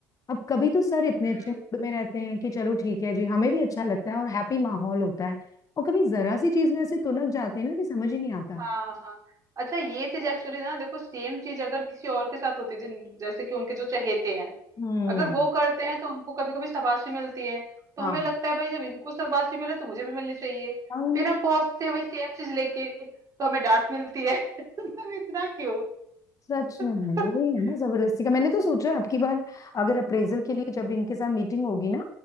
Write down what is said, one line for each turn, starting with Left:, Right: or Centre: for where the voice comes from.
Left: अब कभी तो सर इतने
Right: हम्म
Left: अच्छे मूड में रहते हैं कि चलो ठीक है जी हमें भी अच्छा लगता
Right: हम्म,
Left: है और हैप्पी माहौल होता है और कभी जरा सी चीज में ऐसे तुनक जाते हैं ना कि समझ ही नहीं आता
Right: हाँ हाँ अच्छा ये चीज एक्चुअली ना देखो सेम चीज अगर किसी और के साथ होती है जिन- जैसे कि उनके जो चहेते हैं
Left: हम्म
Right: अगर वो करते हैं तो उनको कभी कभी शाबाशी मिलती है तो
Left: हाँ
Right: हमें लगता है भाई जब इनको शाबाशी मिले तो मुझे भी मिलनी चाहिए
Left: आई
Right: फिर
Left: नो
Right: हम पहुंचते हैं वही सेम चीज लेके तो हमें डांट मिलती है <laughs> तो हम इतना क्यों
Left: सच में
Right: <laughs>
Left: वही है ना जबरदस्ती का मैंने तो सोचा है, अब की बार अगर अप्रेजल के
Right: हम्म,
Left: लिए जब इनके साथ मीटिंग होगी ना